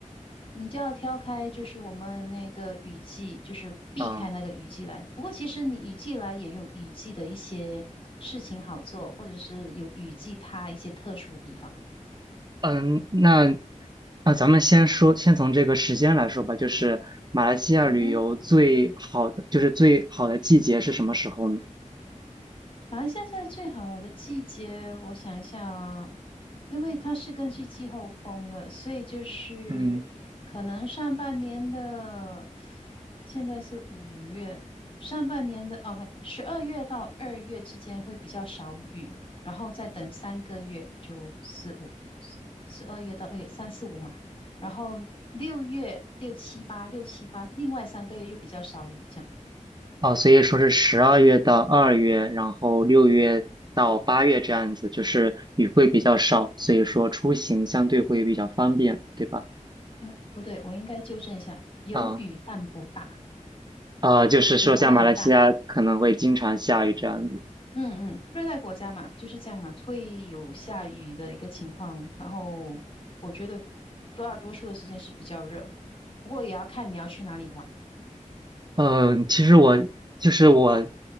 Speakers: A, on the left; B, on the right.
A: 你就要挑开，就是我们那个雨季，就是避开那个雨季来。
B: 啊，
A: 不过其实你雨季来也有雨季的一些事情好做，或者是有雨季它一些特殊的地方。
B: 嗯，那啊，咱们先说，先从这个时间来说吧，就是马来西亚旅游最好的，
A: 嗯哼。
B: 就是最好的季节是什么时候呢？
A: 马来西亚现在最好的季节，我想一下啊，因为它是根据季候风的，所以就是可能上半年的，
B: 嗯，
A: 现在是五月，上半年的哦，十二月到二月之间会比较少雨，然后再等三个月就四五，十二月到二月三四五嘛，然后六月六七八六七八，另外三个月又比较少雨，这样。
B: 哦，所以说是十二月到二月，然后六月到八月这样子，就是雨会比较少，所以说出行相对会比较方便，对吧？
A: 呃，不对，我应该纠正一下，有雨但不大。
B: 啊。呃，就是说像马来西亚可能会经常下雨这样子。
A: 雨不会很大。嗯嗯，热带国家嘛，就是这样嘛，会有下雨的一个情况。然后我觉得大多数的时间是比较热，不过也要看你要去哪里玩。
B: 嗯，其实我就是我，